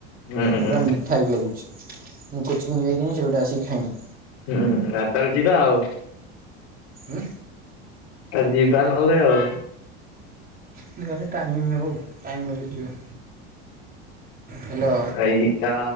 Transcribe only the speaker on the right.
ପୁରା ମିଠା ବି ଲାଗୁଛି। ମୁଁ କୋଚିଂଙ୍ଗ ଯାଇଥିଲିନି ସେ ପଟେ ଆସିକି ଖାଇନି।
ଉଁ।
ଯିବା ପାଇଁ ଟାଇମ୍ ହଉ ଟାଇମ୍ ହେଲେ ଯିବା। ହ୍ୟାଲୋ